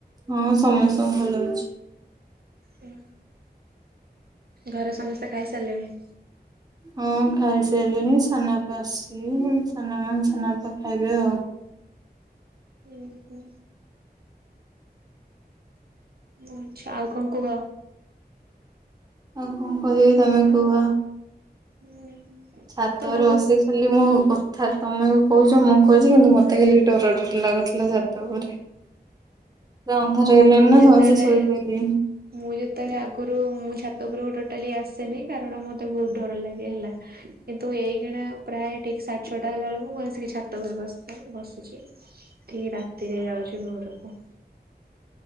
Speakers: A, on the right; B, on the right.
A: ହଁ ସମେସ୍ତ ଭଲ ଅଛି।
B: ହୁଁ ଘରେ ସମସ୍ତେ ଖାଇସାରିଲେଣି।
A: ହଁ ଖାଇ ସାଇଲେଣି ସାନାଆପା ଆସିବେ ସାନମାଆ ସାନାଆପା ଖାଇବେ ଆଉ।
B: ହୁଁ ହୁଁ। ଓ ଆଚ୍ଛା ଆଉ କଣ କୁହ।
A: ଆଉ କଣ କହିବି ତମେ କୁହ।
B: ହୁଁ।
A: ଛାତ
B: ତମକୁ
A: ଉପରେ ବସିଛି। ଖାଲି ମୁଁ କଥା ତମେ କହୁଚ ମୁଁ କହିଚି କିନ୍ତୁ ମତେ ଖାଲି ଡର ଡର ଲାଗୁଥିଲା ଛାତ ଉପରେ ପୁରା ଅନ୍ଧାର ହେଇ ଗଲାଣିି
B: ମୁଁ
A: ନା
B: ଯେତେବେଳେ
A: ସମସ୍ତେ ଶୋଇପଇଲେଇଁ।
B: ମୁଁ ଯେତେବେଳେ ଆଗରୁ ମୁଁ ଛାତ ଉପରକୁ ଟୋଟାଲି ଆସେନି କାରଣ ମତେ ବହୁତ ଡର ଲାଗେ ହେଲା। କିନ୍ତୁ ଏଇକିଣା ପ୍ରାୟେ ଠିକ୍ ସାଡ୍ ଛଅଟା ହେଲା ବେଳକୁ ମୁଁ ଆସିକି ଛାତ ଉପରେ ବସିଥାଏ ବସୁଛି ଠିକ୍ ରାତିରେ ଯାଉଛି ଘରକୁ।